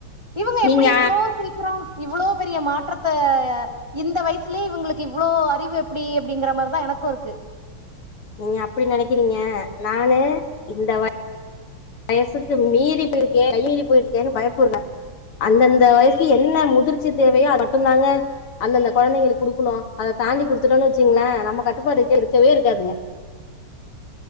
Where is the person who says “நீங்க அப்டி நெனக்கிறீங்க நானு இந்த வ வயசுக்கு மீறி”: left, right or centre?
Left